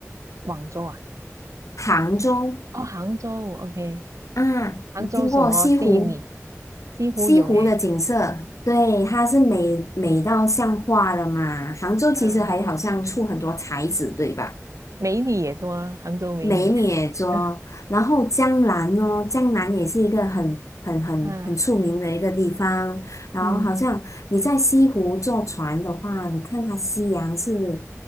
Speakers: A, on the right; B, on the left.
A: 广州啊，
B: 杭州
A: 哦，杭州，OK，
B: 啊，
A: 杭州什么吸引你？
B: 你听过西湖？
A: 西湖有诶，
B: 西湖的景色，对，它是美美到像画的嘛。杭州其实还好像出很多才子，
A: 嗯，
B: 对吧？
A: 美女也多啊，杭州美女，
B: 美女洲，
A: <laughs>
B: 然后江南哦，江南也是一个很很很很出名的一个地方。
A: 啊，
B: 然后好像你在西湖坐船的话，
A: 嗯。
B: 你看它夕阳是